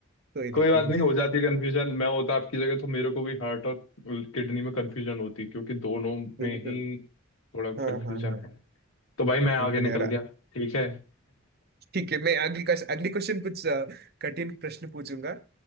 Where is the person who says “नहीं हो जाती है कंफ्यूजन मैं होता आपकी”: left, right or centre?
Left